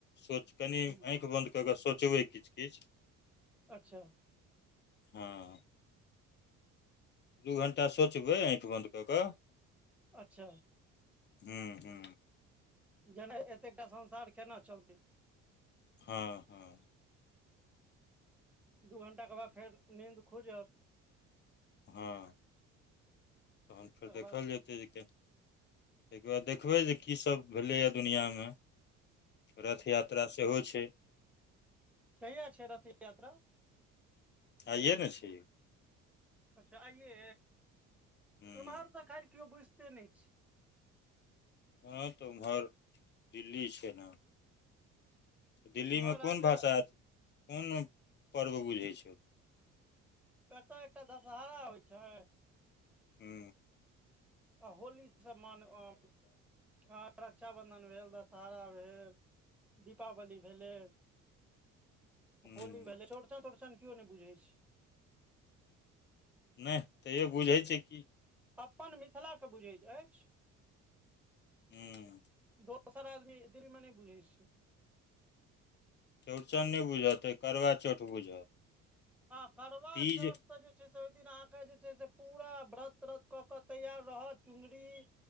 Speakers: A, on the left; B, in the centre.
A: सोच कनि आँखि
B: हूँ
A: बन्द क कऽ सोचबै किछु किछु
B: अच्छा
A: हँ दू घण्टा सोचबैठि बन्द कऽ कऽ
B: अच्छा
A: हू हू
B: जेना एतेकटा संसार केना चलतै
A: हँ हँ
B: दू घण्टाके बाद फेर नींन्द खुजत
A: हँ तहन
B: तकर
A: फेर देखल
B: बाद
A: जेतै जे के ताहिके बाद देखबै जे कीसभ भेलैए दुनिआँमे रथ यात्रा तरा सेहो छै
B: कहिया छै रथ यात्रा
A: आइे ने छै
B: अच्छा आइे
A: हूँ
B: इम्हर तऽ खर केओ बुझिते नहि छै
A: ह तऽ उम्हर दिल्ली छै ने दिल्लीमे
B: इम्हर
A: कोन
B: अहाँके
A: भाषा त कोन पर्व बुझैत छै
B: कतय एकटा दशहरा होइ छै
A: हू
B: आ होलीसँ मान हँ रक्षाबन्धन भेल दशहरा भेल दीपावली भेलै
A: हूँ
B: होली भेलै चौड़चन तौरचन केओ नहि बुझै छै
A: नहि तैयो बुझै छै की
B: अपन मिथिलाके बुझैत अछि
A: हूँ
B: दोसर आदमी देल मने बुझै छै
A: चौड़चन नहि बुझत करवा चौठ बुझत
B: हँ करुआ
A: तीज
B: चोट ऽ जे छै से ओहि दिन अहाँके जे छै से पूरा व्रत व्रत कऽ के तैयार रहत चुनरी